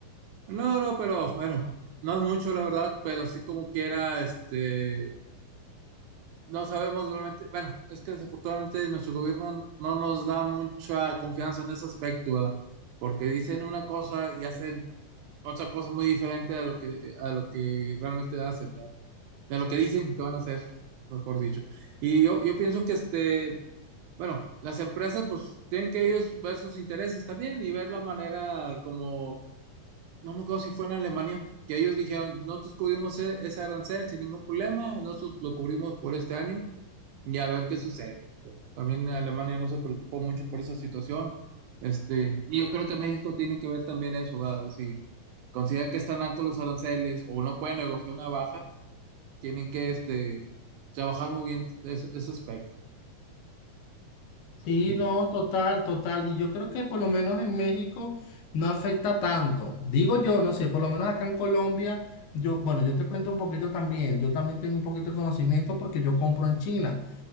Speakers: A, on the right; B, on the left.
A: No, no, pero bueno, no es mucho la verdad, pero sí como quiera, este, No sabemos realmente, bueno, es que desafortunadamente nuestro gobierno no nos da mucha confianza en ese aspecto, ¿verdad? porque dicen una cosa y hacen otra cosa muy diferente a lo que, a lo que realmente hacen, ¿verdad? de lo que dicen que van a hacer, mejor dicho. Y yo, yo pienso que este, bueno, las empresas pues tienen que ellos ver sus intereses también y ver la manera como no me acuerdo si fue en Alemania, que ellos dijeron, nosotros cubrimos e- ese arancel sin ningún problema, nosotros lo cubrimos por este año y a ver qué sucede. También Alemania no se preocupó mucho por esa situación. Este, y yo creo que México tiene que ver también eso, ¿verdad? Si considera que están altos los aranceles o no pueden negociar una baja, tienen que este, trabajar muy bien ese, ese aspecto. Sí.
B: Sí, no, total, total. Y yo creo que por lo menos en México no afecta tanto. Digo yo, no sé, por lo menos acá en Colombia, yo, bueno, yo te cuento un poquito también. Yo también tengo un poquito de conocimiento porque yo compro en China.